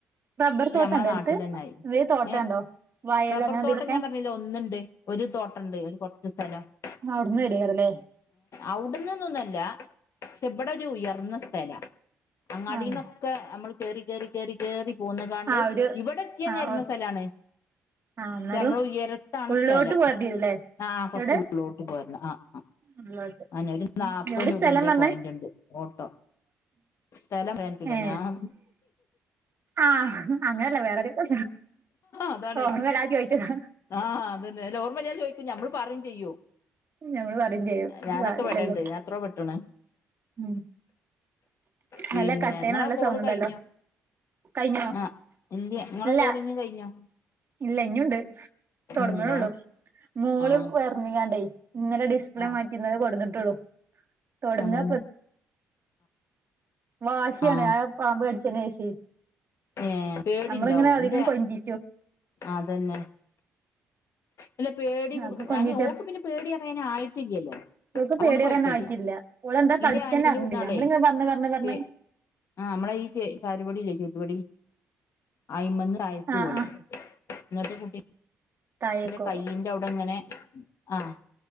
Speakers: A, on the right; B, on the left.
A: റബ്ബർ
B: ഇപ്പൊ
A: തോട്ടണ്ടോ
B: ഞമ്മളെ നാട്ടിൽ
A: അടുത്ത്
B: തന്നെയായി
A: വേ തോട്ടണ്ടോ
B: ഏ
A: വയൽ
B: റബ്ബർത്തോട്ടം
A: അങ്ങനെ എന്തെലൊക്കെ
B: ഞാൻ പറഞ്ഞില്ലേ ഒന്നുണ്ട് ഒരു തോട്ടണ്ട് ഒരു കൊറച്ച് സ്ഥലം <unintelligible>
A: നിങ്ങ അവിടുന്ന് മേടിക്കാറല്ലേ
B: അവ്ട്ന്ന്ന്നൊന്നല്ല പക്ഷെ ബട ഒരു ഉയർന്ന സ്ഥലാ അങ്ങാടിന്നൊക്കെ
A: ആഹ്
B: നമ്മൾ കേറി ക്കേറി കേറി കേറി പോന്നങ്ങാണ്ട്
A: ആഹ് ഒരു
B: ഇവിടെ എത്തിയ
A: ആഹ്
B: നെരന്ന സ്ഥലാണ്
A: ആഹ് എന്നാലും
B: ജ്ജ് നമ്മള് ഉയരത്താണ്
A: ഉള്ളോട്ട്
B: സ്ഥലം
A: പോരണ്ടിവരൂല്ലേ
B: ആ കുറച്ചുള്ളോട്ട്
A: എവിടെ
B: പോരണം ആ ആ
A: ഉള്ളോട്ട്
B: അനെ ഒരു നാല്പ്പത്
A: എവിടെ
B: രൂപന്റെ
A: സ്ഥലം പറഞ്ഞേ
B: പോയന്റ് ഉണ്ട് ഓട്ടോ. സ്ഥലം <unintelligible> ലെ
A: ഏ
B: ഞാൻ
A: ആഹ് അങ്ങനല്ല വേറെതൊ
B: അതാണ്
A: ഓർമയില്ലാതെ ചോയ്ച്ചതാ
B: ആഹ് അതന്നെ അല്ല ഓർമ്മയില്ലാന്ന് ചോദിക്കും നമ്മള് പറയും
A: ഞമ്മള് പറയും ചെയ്യും
B: ഞാനൊക്കെ
A: പാടില്ലല്ലോ
B: പെടണ്ട് ഞാൻ എത്ര പെട്ടണ്.
A: ഉം
B: പിന്നെ
A: നല്ല കട്ടേന
B: ഇങ്ങളെ
A: നല്ല
B: കോള്
A: സൗണ്ട് ഉണ്ടല്ലോ..
B: കഴിഞ്ഞോ
A: കഴിഞ്ഞോ
B: ആഹ് ഇല്ല്യാ ങ്ങളെ
A: ഇല്ല
B: പോളിങ്ങ് കഴിഞ്ഞാ
A: ഇല്ല ഇഞുണ്ട് തൊടങ്ണെള്ളു
B: ഉണ്ടല്ലേ
A: മോള്
B: ആഹ്
A: വർ <unintelligible> ഇന്നലെ ഡിസ്പ്ലേ
B: ആഹ്
A: മാറ്റിത് കൊണ്ടുന്നിട്ടുള്ളൂ തൊടങ്ങാ
B: അതന്നെ
A: വാശിയാണ്
B: ആഹ്
A: ആ പാമ്പ് കടിച്ചെന് ശേഷേ
B: ഏഹ് പേടിണ്ടാവും
A: നമ്മളിങ്ങനെ അധികം
B: ഇന്റെ
A: കൊഞ്ചിച്ചു
B: അതന്നെ.... അല്ല പേടി കൊടു
A: അപ്പൊ കൊഞ്ചിച്ച
B: അതിന് ഓക്ക് പിന്നെ പേടി അറിയാന് ആയിട്ടില്ലല്ലോ.
A: ഇവക്ക്
B: അതുകൊണ്ട്
A: പേടിപറയാൻ
B: കൊഴപ്പല്ല
A: ആയിട്ടില്ല അവളെന്താ കടിച്ചന്ന
B: ഇന്റെ അനിയത്തിന്റെ
A: അറിഞ്ഞില്ല
B: കുട്ട്യാളെ
A: നമ്മളിങ്ങ പറഞ്ഞ് പറഞ്ഞ്
B: ചെ ആഹ് നമ്മളെയി ചേ ചാരുപടില്ലേ ചെറ്റുപടി അയിമന്ന് താഴേക്ക്
A: ആഹ്
B: വീണ്
A: ആഹ്
B: ന്നട്ട് കുട്ടി
A: തായേക്കോ
B: എന്റെ കയിന്റെ അവിടെ ഇങ്ങനെ ആ ഹ്